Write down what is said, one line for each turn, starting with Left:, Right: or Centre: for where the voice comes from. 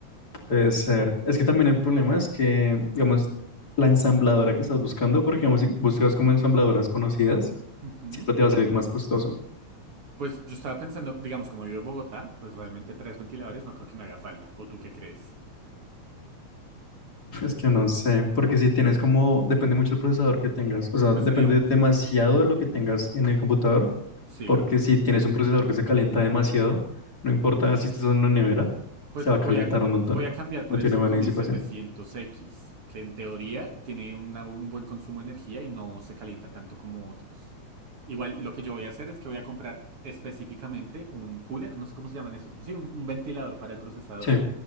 Left: Puede ser. Es que también el problema es que, digamos, la ensambladora que estás buscando, porque digamos, si buscas como ensambladoras conocidas,
Right: Ujú.
Left: siempre te va a salir más costoso.
Right: Pues yo estaba pensando, digamos, como vivo en Bogotá, pues realmente tres ventiladores no creo que me haga falta. ¿O tú qué crees?
Left: Es que no sé, porque si tienes como, depende mucho del procesador que tengas, o sea,
Right: Pues
Left: depende
Right: sería un...
Left: demasiado de lo que tengas en el computador
Right: Sí.
Left: porque si tienes un procesador que se calienta demasiado, no importa si estés en una nevera,
Right: Pues
Left: se va
Right: voy
Left: a calentar
Right: a,
Left: un montón.
Right: voy a cambiar por
Left: No tiene
Right: el cinco
Left: buena
Right: mil
Left: disipación.
Right: setecientos x que en teoría tiene una- un buen consumo de energía y no se calienta tanto como otros. Igual lo que yo voy a hacer es que voy a comprar específicamente un cooler, no sé cómo se llaman esos, sí, un, un ventilador para el procesador.
Left: Sí,